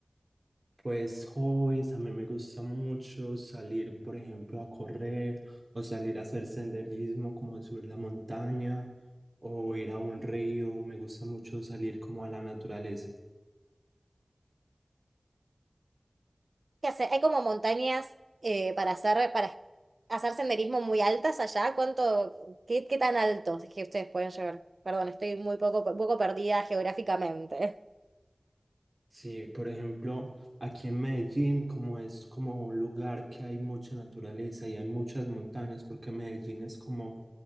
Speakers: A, on the right; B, on the right.
A: Pues hobbies, a mí me gusta mucho salir, por ejemplo, a correr o salir a hacer senderismo, como a subir la montaña o ir a un río. Me gusta mucho salir como a la naturaleza.
B: ¿Qué hace? Hay como montañas eh, para hacer, para hacer senderismo muy altas allá. ¿Cuánto, qué, qué tan altos es que ustedes pueden llegar? Perdón, estoy muy poco, poco perdida geográficamente.
A: Sí, por ejemplo, aquí en Medellín, como es como un lugar que hay mucha naturaleza y hay muchas montañas, porque Medellín es como,